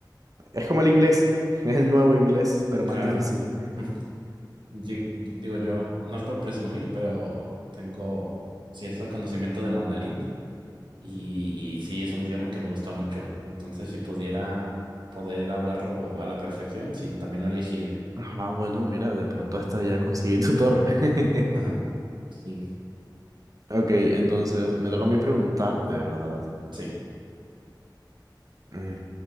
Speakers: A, on the right; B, on the right.
A: Es como el inglés, es el nuevo inglés, pero
B: claro.
A: más difícil.
B: <laughs> Di- Digo, yo, no es por presumir, pero tengo cierto conocimiento de mandarín. Y, y sí, es un idioma que me gusta mucho. Entonces, si pudiera poder hablarlo a la perfección, sí, también lo elegiría.
A: Ah, bueno, mira, de pronto hasta ya conseguí tutor. <laughs>
B: <laughs> Sí,
A: Ok, entonces me toca a mí preguntarte, ¿verdad?
B: sí.
A: Mm,